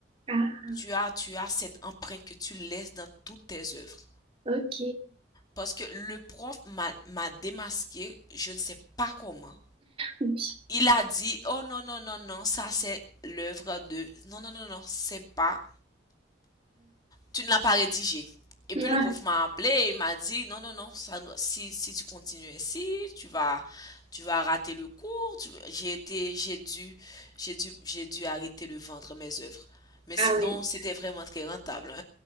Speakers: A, on the right; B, on the left.
A: Ah,
B: Tu as, tu as cette empreinte que tu laisses dans toutes tes œuvres.
A: ok.
B: Parce que le prof m'a m'a démasqué, je ne sais pas comment.
A: Ok.
B: il a dit, oh non, non, non, non, ça c'est l'œuvre de... Non, non, non, non, c'est pas... Tu ne l'as pas rédigé. Et
A: Ouais.
B: puis le prof m'a appelé et il m'a dit, non, non, non, ça- si, si tu continues ainsi, tu vas, tu vas rater le cours. J'ai été, j'ai dû, j'ai dû, j'ai dû arrêter de vendre mes œuvres. Mais
A: Ah
B: sinon,
A: oui.
B: c'était vraiment très rentable.